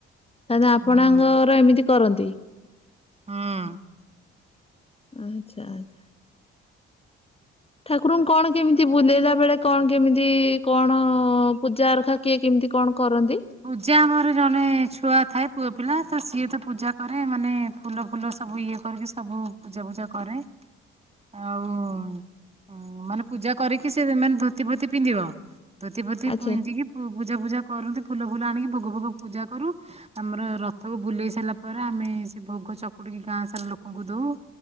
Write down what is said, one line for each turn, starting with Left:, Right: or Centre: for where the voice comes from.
Left: ତାହେଲେ ଆପଣଙ୍କର
Right: ହୁଁ
Left: ଏମିତି କରନ୍ତି।
Right: ହଁ।
Left: ଆଚ୍ଛା ଆଚ୍ଛା। ଠାକୁରଙ୍କୁ କଣ କେମିତି ବୁଲେଇଲା ବେଳେ କଣ କେମିତି କଣ ପୂଜା ଅରଖା କିଏ କେମିତି କଣ କରନ୍ତି?
Right: ପୂଜା ଆମର ଜଣେ ଛୁଆ ଥାଏ ପୁଅ ପିଲା ତ ସିଏ ତ ପୂଜା କରେ ମାନେ ଫୁଲ ଫୁଲ ସବୁ ଇଏ କରିକି ସବୁ ପୂଜା ଫୁଜା କରେ। ଆଉ ମାନେ ପୂଜା କରିକି ସେ ମାନେ ଧୋତି ଫୋତି ପିନ୍ଧିବ। ଧୋତି ଫୋତି
Left: ଆଚ୍ଛା
Right: ପିନ୍ଧିକି ପୂ ପୂଜା ଫୂଜା କରନ୍ତି ଫୁଲ ଫୁଲ ଆଣିକି ଭୋଗ ଫୋଗ ପୂଜା କରୁ। ଆମର ରଥକୁ ବୁଲେଇ ସାଇଲା ପରେ ଆମେ ସେ ଭୋଗ ଚକୁଡିକି ଗାଁ ସାରା ଲୋକଙ୍କୁ ଦଉ।